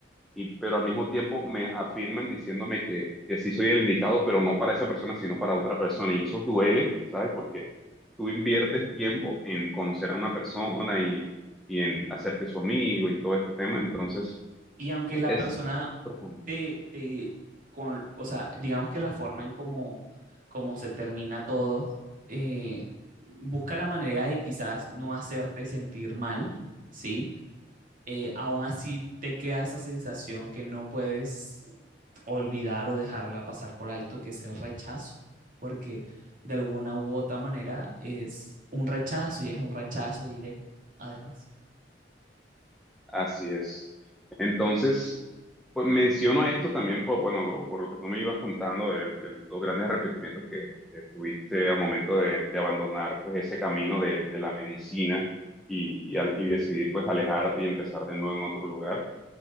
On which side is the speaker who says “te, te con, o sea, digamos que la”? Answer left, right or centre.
Right